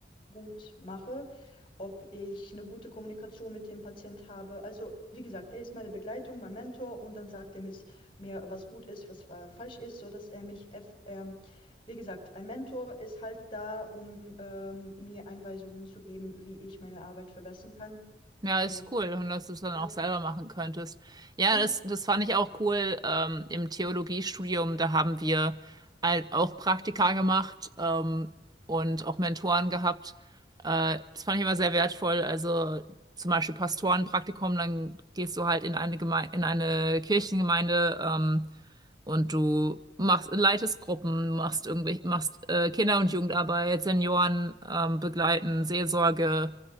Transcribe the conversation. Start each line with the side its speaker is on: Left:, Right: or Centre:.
Left: gut mache, ob ich eine gute Kommunikation mit dem Patient habe. Also, wie gesagt, er ist meine Begleitung, mein Mentor und dann sagt er mir, mir, was gut ist, was äh, falsch ist, so dass er mich, eff- ähm, wie gesagt, ein Mentor ist halt da, um ähm, mir Einweisungen zu geben, wie ich meine Arbeit verbessern kann.
Right: Ja, ist
Left: Und
Right: cool. Und dass du es dann
Left: ja,
Right: auch selber machen könntest. Ja,
Left: ja,
Right: das, das fand ich auch cool. Ähm, im Theologiestudium, da haben wir halt auch Praktika gemacht, ähm, und auch Mentoren gehabt. Äh, das fand ich immer sehr wertvoll. Also zum Beispiel Pastorenpraktikum, dann gehst du halt in eine Geme in eine Kirchengemeinde, ähm, und du machst, leitest Gruppen, machst irgendwelche, machst äh, Kinder- und Jugendarbeit, Senioren ähm, begleiten, Seelsorge.